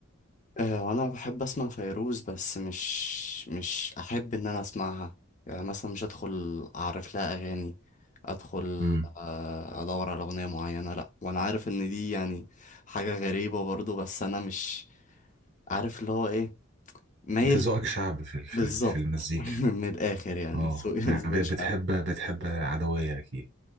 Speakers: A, on the left; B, on the right.
A: آه وانا بحب اسمع فيروز بس مش مش احب ان انا اسمعها يعني مثلا مش ادخل اعرف لها اغاني ادخل
B: امم
A: آه، ادور على اغنيه معينه لا وانا عارف ان دي يعني حاجه غريبه برضو بس انا مش عارف اللي هو ايه مايل
B: انت ذوقك شعبي في ال- في
A: بالظبط
B: ال- في المزيكا
A: <laughs> من الاخر يعني
B: اه
A: ذوقي ذوقي
B: ب-
A: شعبي
B: بتحب بتحب عدويه اكيد